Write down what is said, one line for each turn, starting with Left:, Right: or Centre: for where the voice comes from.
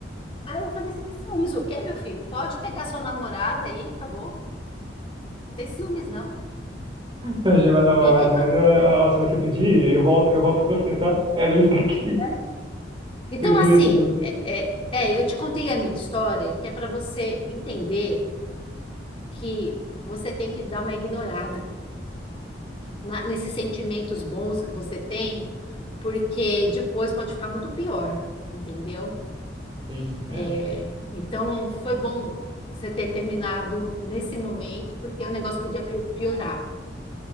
Left: Aí eu falei assim, que ciúmes o quê, meu filho? Pode pegar sua namorada aí, acabou. Não tem ciúmes, não.
Right: Perdi meu namorado,
Left: Fica aí com...
Right: mas
Left: a-
Right: eu- ó, se você pedir, eu volto, eu volto com você, tá? Era isso que eu queria.
Left: é. Então,
Right: Eu queria
Left: assim,
Right: esse jogo.
Left: é, é, é, eu te contei a minha história, que é para você entender que você tem que dar uma ignorada na- nesses sentimentos bons que você tem, porque depois pode ficar muito pior, entendeu?
Right: Sim,
Left: É,
Right: é.
Left: então, foi bom você ter terminado nesse momento, porque o negócio podia pi- piorar,